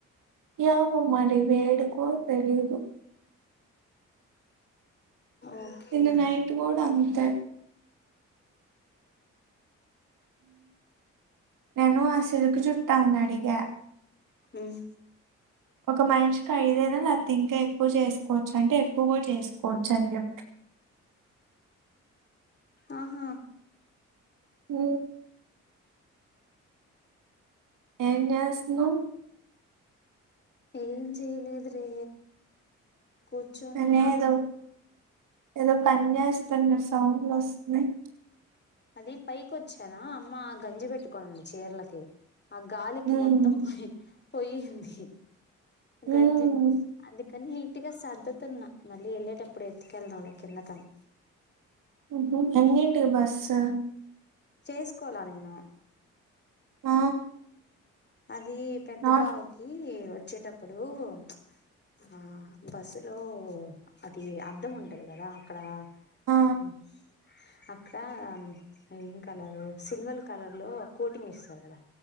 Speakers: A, on the right (about 80°); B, on the left (about 35°).
A: ఏమో మరి వేడికో తెలీదు
B: ఓకే
A: నిన్న నైట్
B: ఆ
A: కూడా అంతే నేను ఆ సిల్క్ జుట్టామెనీ అడిగా
B: హమ్
A: ఒక మనిషికి ఐదేనా లేపోతే ఇంకేం ఎక్కువ చేసుకోవచ్చా అంటే ఎక్కువకూడ చేసుకోవచ్చు అని చె
B: ఆహా
A: అ ఏం చేస్తున్నావ్
B: ఏం చేయలేదురా కూర్చోనున్న
A: అనే ఏదో ఏదో పని చేస్తున్నట్టు సౌండ్లు వస్తున్నయి
B: అది పైకొచ్చానా అమ్మ గంజి పెట్టుకొనింది చీరలకి ఆ గాలికి
A: హ్మ్.
B: మొత్తం పోయి పోయింది
A: హ్మ్.
B: గంజిది అందు కనీ నీట్గా సర్ద్దతున్నా మళ్ళీ వెళ్ళేటప్పుడు ఉత్తి ఉతికెళ్దాం లే కిందకని
A: ఉహు ఎన్నింటికి బస్సు
B: చేసుకోలా నేను
A: ఆ
B: అది పెద్ద
A: నాట్
B: బావకి వచ్చేటప్పుడు ప్చ్ ఆ బస్సులో అది అద్దం ఉంటది కదా అక్కడ
A: ఆ!
B: ఆపటి నుంచి అక్కడ ఏం కలరు సిల్వర్ కలర్ లోఒక కోటింగ్ ఇస్తారు కదా